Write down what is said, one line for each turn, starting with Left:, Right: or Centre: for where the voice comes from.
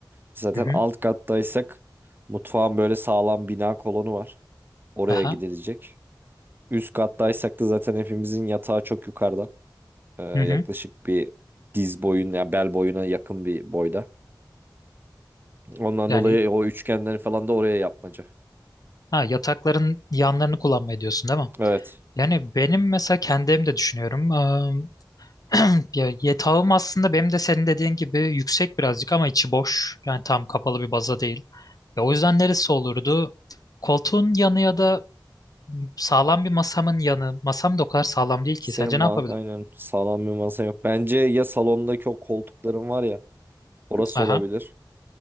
Right: Zaten
Left: Hı hı.
Right: alt kattaysak mutfağın böyle sağlam bina kolonu var. Oraya
Left: Aha.
Right: gidilecek. Üst kattaysak da zaten hepimizin yatağı çok yukarıda. Ee, yaklaşık
Left: Hı hı.
Right: bir diz boyuna, ya bel boyuna yakın bir boyda. Ondan
Left: Yani
Right: dolayı o üçgenleri falan da oraya yapmaca.
Left: ha, yatakların yanlarını kullanmayı diyorsun değil mi?
Right: Evet.
Left: Yani benim mesela kendi evimde düşünüyorum. <clears throat> Ya yatağım aslında benim de senin dediğin gibi yüksek birazcık ama içi boş. Yani tam kapalı bir baza değil. Ya o yüzden neresi olurdu? Koltuğun yanı ya da sağlam bir masamın yanı. Masam da o kadar sağlam değil ki.
Right: Senin
Left: Sence
Right: ma
Left: ne yapabilirim?
Right: aynen sağlam bir masan yok. Bence ya salondaki o koltukların var ya orası
Left: Aha,
Right: olabilir.